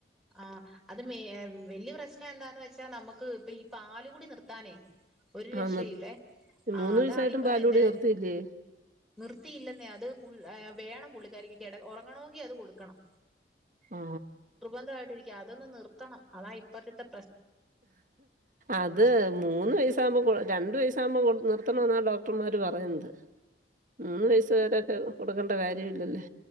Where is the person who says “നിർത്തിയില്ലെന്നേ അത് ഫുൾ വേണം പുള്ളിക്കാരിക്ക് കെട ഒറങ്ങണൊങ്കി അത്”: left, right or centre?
Centre